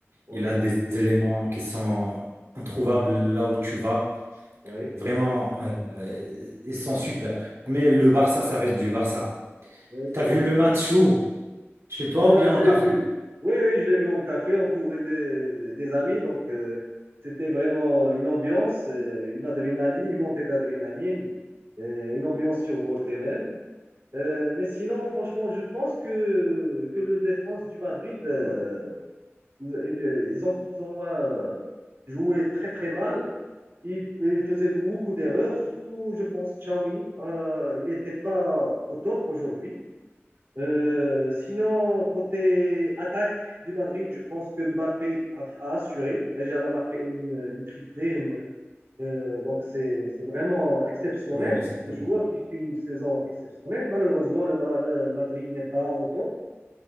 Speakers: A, on the right; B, on the right.
A: oui,
B: Il a des éléments qui sont introuvables là où tu vas.
A: oui,
B: Vraiment, euh, ils sont super. Mais le Barça, ça reste du Barça.
A: oui,
B: T'as vu
A: oui.
B: le match où? Chez toi
A: Moi,
B: ou bien
A: je
B: en
A: l'ai
B: café?
A: vu. Oui, oui, je l'ai vu en café, entouré de- des amis. Donc, euh, c'était vraiment une ambiance, euh, une adrénaline, une montée d'adrénaline, euh, une ambiance survoltée même. Euh, mais sinon, franchement, je pense que, que le défense du Madrid, euh, Ils ils ont plus ou moins joué très très mal. Il, il faisait beaucoup d'erreurs, surtout, je pense, Charmini. il n'était pas au top aujourd'hui. Euh, sinon, côté attaque du Madrid, je pense que Mbappé a, a assuré. Déjà, il a marqué une, une triplée. une- euh, donc, c'est c'est vraiment exceptionnel
B: Oui, oui,
A: pour
B: c'est très
A: ce joueur
B: bien.
A: qui fait une saison exceptionnelle. Malheureusement, le, le Madrid n'est pas au top.